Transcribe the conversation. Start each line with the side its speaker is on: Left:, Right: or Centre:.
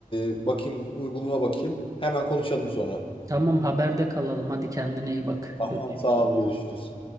Left: e, bakayım uygulama bakayım. Hemen konuşalım sonra.
Right: Tamam haberde kalalım. Hadi kendine iyi bak.
Left: Tamam
Right: Görüşürüz.
Left: sağ ol görüşürüz.